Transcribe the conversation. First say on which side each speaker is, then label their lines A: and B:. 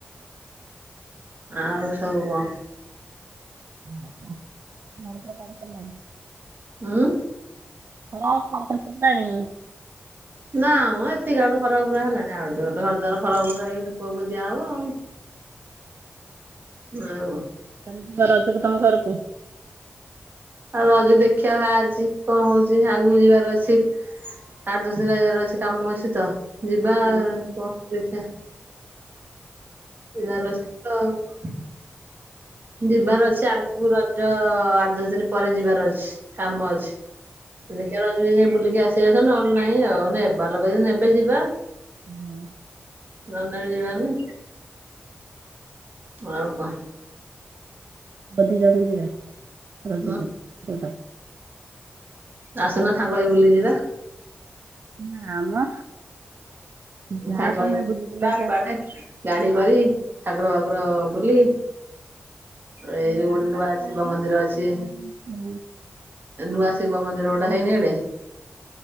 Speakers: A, on the right; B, on the right.
A: ଆଉ ସବୁ କଁ?
B: <unintelligible>
A: ଉଁ?
B: <unintelligible>
A: ନାମ ଏତିକା ବେଳୁ ଖରା ପୁରା ହେଲାଣି ଆଉ ଟିକେ ଗଲେ ଘର ଦୁଆର ଖରାପୁର ହେଇକି ଧୂପକୁ ଫୁପ ଦିଆ ହବ ଆଉ। ଆଉ କଁ?
B: <unintelligible> ରଜକୁ ତମ ଘରକୁ?
A: ଆଉ ରଜ ଦେଖିବା ବାହାରିଚି କଣ ହଉଚି ଆଗକୁ ଯିବାର ଅଛି। ଆଠ ଦଶ ଦିନ୍ ରହିବାର ଅଛି କାମ ଅଛି ତ। ଯିବା
B: ଦି
A: କଣ ଦେଖିବା ଯିବାର ଅଛି <unintelligible> ଯିବାର ଅଛି ଆଗକୁ ରଜ ଆଠ ଦଶ ଦିନ ପରେ ଯିବାର ଅଛି। କାମ ଅଛି। ଦେଖିଆ ରଜ କୁ ଜ ଜା ବୁଲିକି ଆ ଚେୟସ ନହେଲେ ନାହିଁ ଆଉ ନେବା ଲୋକ ଯଦି ନେବେ ଯିବା।
B: ହୁଁ।
A: ନ ନେବେ ଯିବାନି? ଆଉ କ
B: <unintelligible>
A: ହୁଁ ଆସୁନ ସାଙ୍ଗ ହେଇ ବୁଲି ଯିବା?
B: ନାଁ ମ ଯାଅ
A: ସାଙ୍ଗ
B: ତମେ
A: ହେଇ କି
B: ବୁଲି
A: ଯିବା
B: ବୁଲାକି ଆସ।
A: କୁଆଡେ? ଗାଡି କରି ଠାକୁର ଫାକୁର ବୁଲି ଏଇ
B: ନା
A: ଯୋଉ ଗୋଟେ ନୂଆ
B: ଗରମ
A: ଶିବ ମନ୍ଦିର
B: ହଉଛି
A: ଅଛି।
B: ବୁଲିବା ପାଇଁ ଇଚ୍ଛା ନାହିଁ।
A: ନୂଆ ଶିବ ମନ୍ଦିର ଗୋଟେ ହେଇନି ଏଡେ